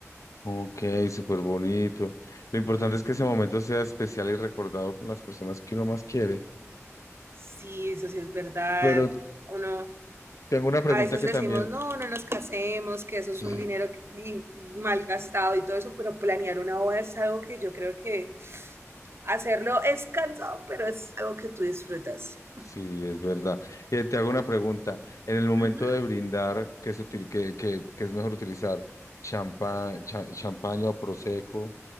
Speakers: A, on the left; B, on the right.
A: Ok, súper bonito. Lo importante
B: Ujú.
A: es que ese momento sea especial y recordado con las personas que uno más quiere.
B: Sí, eso sí es verdad.
A: Pero
B: Uno,
A: tengo una pregunta
B: a veces
A: que
B: decimos,
A: también,
B: no, no nos casemos, que eso
A: sí,
B: es un dinero que- y- malgastado y todo eso, pero planear una boda es algo que yo creo que hacerlo es cansado, pero es algo que tú disfrutas.
A: sí, es verdad. Y te hago una pregunta. En el momento
B: Uh -huh.
A: de brindar, ¿qué se util- qué- qué- qué es mejor utilizar? ¿Champa, cha- champaña o prosecco?